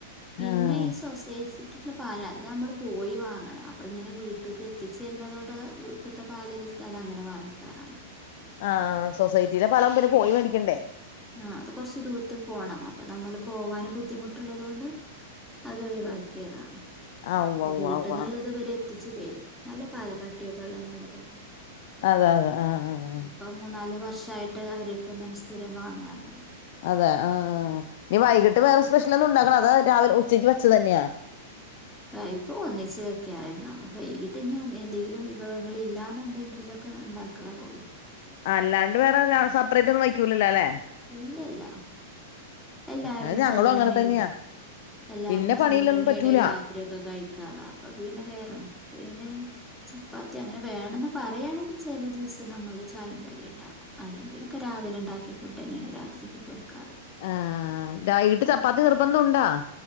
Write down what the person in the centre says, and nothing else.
പിന്നെ
ഈ സോസൈസ് പലാ അതമ്മൾ പോയി വാങ്ങണം അപ്പങ്ങനെ വീട്ടിക്ക് എത്തിച്ചര്ന്നതോണ്ട് ട്ട്ത്തെ പാലില് <unintelligible> അതങ്ങനെ വാങിക്കാറാണ്
ആഹ് അത് കൊർച്ച് ദൂര്ത്ത് പോണം അപ്പൊ നമ്മള് പോവാൻ ബുദ്ധിമുട്ടിള്ളതോണ്ട് അതൊഴിവാക്ക്യെതാണ്
അപ്പൊ
വീട്ടിന്നിള്ളത്
ഇവരെ ത്തിച്ച് തരും നല്ല പാല കട്ട്യൊക്കെള്ള നല്ല പാലാ
ഇപ്പോൾ മൂന്നാല് വർഷായിട്ട് അവരെട്ത്തെന്ന സ്ഥിരം വാങ്ങാറ്
പ ഇപ്പോ ഒന്നിച്ച് വെക്ക്യാറെന്നോളു വൈകിട്ടിഞു എന്തെങ്കിലും വിഭവങ്ങളില്ലല്ലെന്നുണ്ടെങ്കിലൊക്കെ ഇണ്ടാ കാറൊള്ളു
ഇല്ല ഇല്ല എല്ലാരും
ചോറെന്നേണ്
എല്ലാരും
ചോറെന്നേണ്
രാ ഇത്രയൊക്കെ കഴിക്കാറ അപ്പൊ പിന്നെ വേറെ പിന്നെ ചപ്പാത്തി അങ്ങനെ വേണെന്ന് പറയാണെങ്കിൽ ചെലെ ദിവസം നമ്മള് ചായിം കടിണ്ടാക്കും അല്ലെങ്കിലൊക്കെ രാവിലെ ഉണ്ടാക്കിയ ഫുഡ് തന്നെയാണ് രാത്രിക്ക് കൊടുക്കാറ്